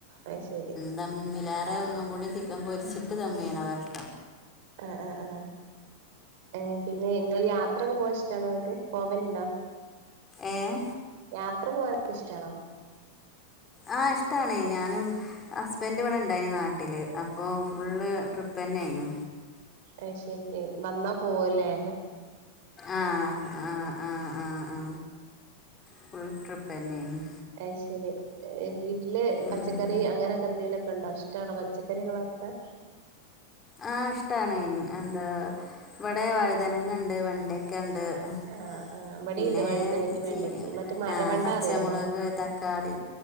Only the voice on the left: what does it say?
ദംമ്മിലാറെ ഒന്നും കൂടി ചീക്കം പൊരിച്ചിട്ട് ദമ്മെയ്ണതാ ഇഷ്
ഏഹ്
ആഹ് ഇഷ്ട്ടാണേ ഞാനും ഹസ്ബന്റിവിടെ ണ്ടായിനി നാട്ടില് അപ്പോ ഫുള്ള് ട്രി ഉപ്പന്നെന്നു
ആഹ് ആ ആ ആ ആ. ഫുൾ ട്രിപ്പെന്നേയ്ന്നു
ഉം
ആഹ് ഇഷ്ടാണ് എന്താ ഇവടെ വഴുതനങ്ങണ്ട് വെണ്ടയ്ക്കണ്ട് ആ
പിന്നെ
ചീ
ആഹ് പച്ചമുളക്
തക്കാളി